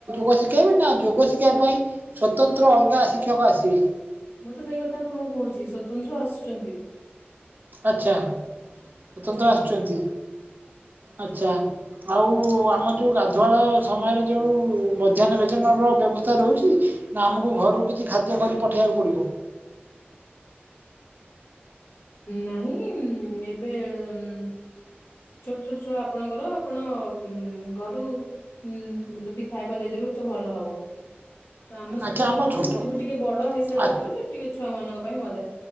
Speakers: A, on the right; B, on the left.
A: ଯୋଗ ଶିଖାଇବେ ନା ଯୋଗ ଶିଖିବା ପାଇଁ ସ୍ୱତନ୍ତ୍ର ଅଲଗା ଶିକ୍ଷକ ଆସିବେ।
B: ମୁଁ ତ ସେଇ କଥା ଆପଣଙ୍କୁ କହୁଛି ସ୍ୱତନ୍ତ୍ର ଆସୁଛନ୍ତି।
A: ଆଛା ସ୍ଵତନ୍ତ୍ର
B: ଆଜ୍ଞା
A: ଆସୁଛନ୍ତି। ଆଛା ଆଉ ଆମ ଯୋଉ ଗାଧୁଆଳ ସମୟରେ ଯୋଉ ମଧ୍ୟାହ୍ନ ଭୋଜନ ର ବ୍ୟବସ୍ତା ରହୁଛି ନା ଆମକୁ ଘରୁ କିଛି ଖାଦ୍ୟ କରି ପଠେଇବାକୁ ପଡିବ।
B: ନାହିଁ ଉ ଏବେ ଏମ୍ ଛୋଟ ଛୋଟ ଛୁଆ ଆପଣଙ୍କର ଆପଣ ଉ ଘରୁ ଉ ଯଦି ଖାଇବା ଦେଇଦେବେ ତ ଭଲ ହବ। ତ ଆମ ସ୍କୁଲ
A: ଆଚ୍ଛା ଛୋଟ
B: ଉଁ ଟିକେ ବଡ ହେଇସାରିଲା
A: ଆ
B: ପରେ ଟିକେ ଛୁଆ ମାନଙ୍କ ପାଇଁ ମଧ୍ୟ